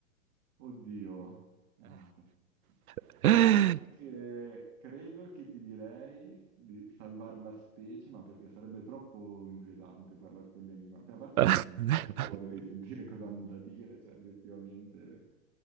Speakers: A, on the right (about 40°); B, on the right (about 85°).
A: Oddio. Ah, cazzo.
B: <laughs>
A: Ma sai che credo che ti direi di salvare la specie, ma perché sarebbe troppo inquietante parlare con gli animali. Cioè, a parte
B: Eh.
A: che non,
B: <laughs>
A: non so se vorrei sentire cosa hanno da dire, cioè, obiettivamente.